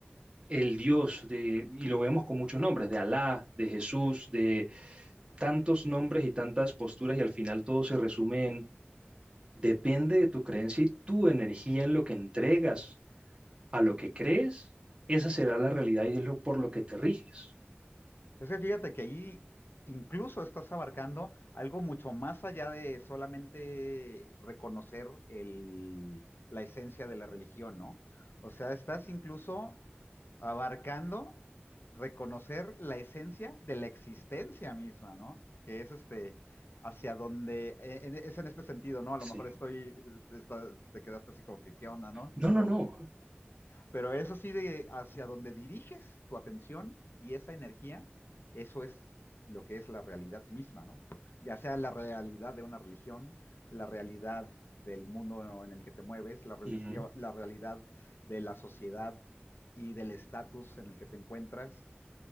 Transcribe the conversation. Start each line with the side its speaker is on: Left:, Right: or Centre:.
Right: el Dios, de, y lo vemos con muchos nombres, de Alá, de Jesús, de tantos nombres y tantas posturas, y al final todo se resume en, depende de tu creencia y tu energía en lo que entregas a lo que crees, esa será la realidad y es lo por lo que te riges.
Left: Es que fíjate que ahí incluso estás abarcando algo mucho más allá de solamente reconocer el- la esencia de la religión, ¿no? O sea, estás incluso abarcando reconocer la esencia de la existencia misma, ¿no? Que es este, hacia donde, en- en- es en este sentido, ¿no? A
Right: Sí.
Left: lo mejor estoy, está- te quedaste así como que, ¿qué onda, no?
Right: No,
Left: Pero...
Right: no, no.
Left: Pero es así de hacia donde diriges tu atención y esa energía, eso es lo que es la realidad misma, ¿no? Ya sea la realidad de una religión, la realidad del mundo en el que te mueves, la religión,
Right: Uh -huh.
Left: la realidad de la sociedad y del estatus en el que te encuentras,